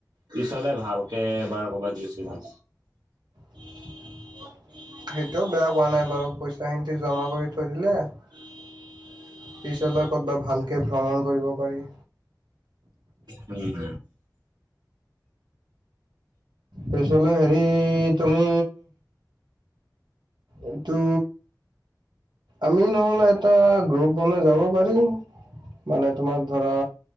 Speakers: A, on the right (about 75°); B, on the right (about 90°).
A: পিছলে ভালকে এবাৰ ক'বাত গুচি যাম।
B: <unintelligible> সেইটোও বেয়া কোৱা নাই বাৰু, পইচাখিনি জমা কৰি থৈ দিলে পিছলৈ ক'তবা ভালকে ভ্ৰমণ কৰিব পাৰি।
A: উম।
B: পিছলৈ হেৰি তুমি এইটো আমি নহ'লে এটা গ্ৰুপ বনাই যাব পাৰিম। মানে তোমাৰ ধৰা,